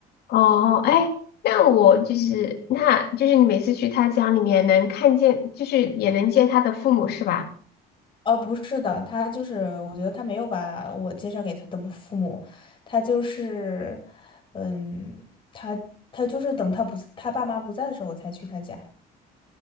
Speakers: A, on the left (about 65°); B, on the left (about 30°).
A: 哦，哎，那我就是，那就是你每次去他家里面能看见，就是也能见他的父母是吧？
B: 哦，不是的，他就是，我觉得他没有把我介绍给他的父母，他就是，嗯，他他就是等他不他爸妈不在的时候，我才去他家。